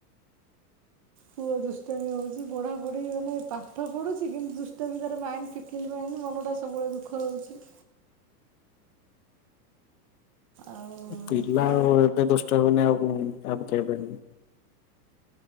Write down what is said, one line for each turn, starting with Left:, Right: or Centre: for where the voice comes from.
Right: ପୁଅ ଦୁଷ୍ଟାମି ହୋଉଚି ପଢା ପୁଢି ମାନେ ପାଠ ପଢୁଛି କିନ୍ତୁ ଦୁଷ୍ଟାମି ତାର ମାଇଣ୍ଡ୍ ଫି କିଲ୍ ମାଇଣ୍ଡ୍ ମନଟା ସବୁବେଳେ ଦୁଃଖ ରହୁଚି। ଆଉ ଏମିତି
Left: ପିଲା ଆଉ ଏବେ ଦୁଷ୍ଟ ହେବେନି ଆଉ ଆ କେବେ ହେବେ।